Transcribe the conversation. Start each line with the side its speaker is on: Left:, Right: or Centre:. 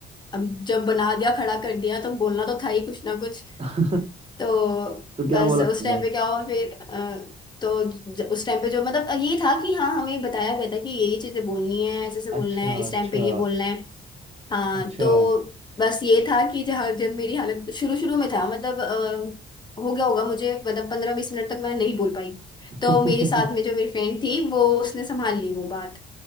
Left: अ, अब जब बना दिया खड़ा कर दिया तो बोलना तो था ही कुछ ना कुछ
Right: <laughs>
Left: तो
Right: तो क्या
Left: बस
Right: बोला आपने
Left: उस टाइम पे क्या हुआ फिर अ, तो ज- उस टाइम पे जो मतलब ये था कि हाँ हमें बताया गया था कि ये ये चीजें बोलनी है ऐसे ऐसे
Right: अच्छा
Left: बोलना है इस
Right: अच्छा
Left: टाइम पे ये बोलना है हाँ
Right: अच्छा
Left: तो बस ये था कि जहाँ जब मेरी हालत शुरू शुरू में था मतलब अ, हो गया होगा मुझे मतलब पंद्रह बीस मिनट तक मैं नहीं बोल पाई
Right: <laughs>
Left: तो मेरे साथ में जो मेरी फ्रेंड थी वो उसने संभाल ली वो बात